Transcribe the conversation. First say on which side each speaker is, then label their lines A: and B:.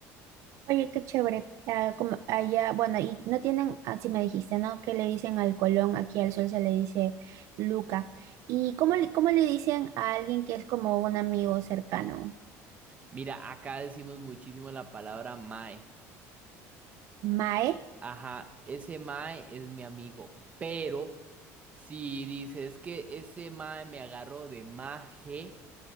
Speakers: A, on the right; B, on the right.
A: Oye, qué chévere. Ah, como allá, bueno, y no tienen, así me dijiste, ¿no? Que le dicen al colón, aquí al sol se le dice Luca. ¿Y cómo le, cómo le dicen a alguien que es como un amigo cercano?
B: Mira, acá decimos muchísimo la palabra mae.
A: Mae,
B: Ajá, ese mae es mi amigo, pero si dices que ese mae me agarró de maje.